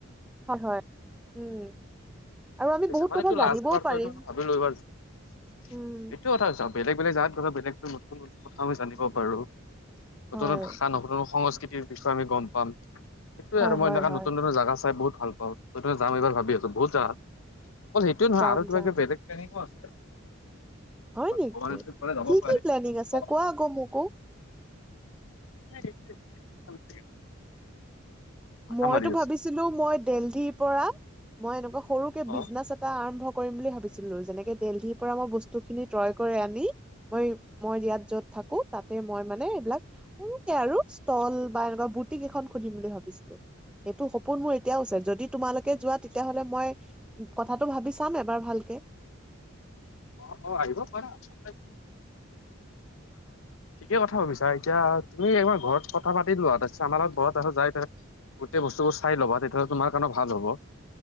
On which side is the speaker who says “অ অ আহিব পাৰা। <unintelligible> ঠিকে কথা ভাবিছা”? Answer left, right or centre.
Left